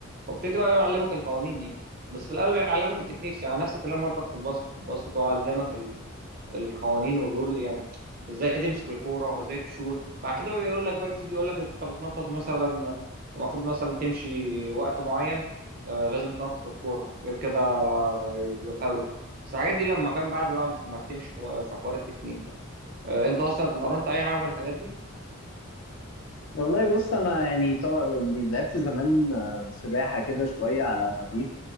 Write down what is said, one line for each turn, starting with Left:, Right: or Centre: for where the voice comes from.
Right: وابتدي بقى يعلمك القوانين يعني بس في الاول بيعلمك التكنيكس يعني نفس الكلام برضك في الباسكت الباسكت هو علمك القوانين والرول يعني ازاي تمسك الكوره ازاي تشوت مع كده بقى بيقول لك بقى يبتدي يقول لك انت بتنطط مثلا المفروض مثلا تمشي وقت معين آه لازم تنطط الكوره غير كده يبقى فاول بس الحاجات دي لما فاهم بعد بقى ما بتمشي حو- في حوار التكنيك ده آه انت اصلا اتمرنت اي حاجه من الحاجات دي؟
Left: والله بص انا يعني طبعا يعني لعبت زمان آه، سباحه كده شويه على خفيف